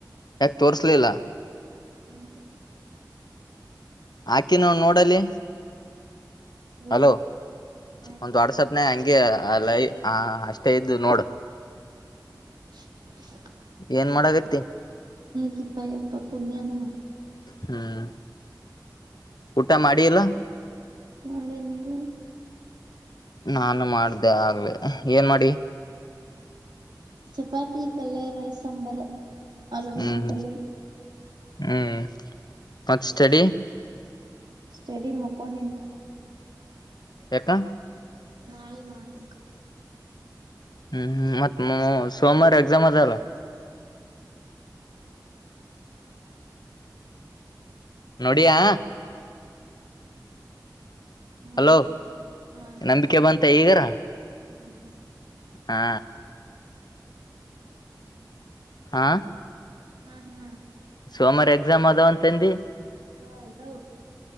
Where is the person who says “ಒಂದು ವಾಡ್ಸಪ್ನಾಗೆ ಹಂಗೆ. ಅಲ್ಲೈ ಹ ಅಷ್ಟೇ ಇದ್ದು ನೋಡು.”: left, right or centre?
Left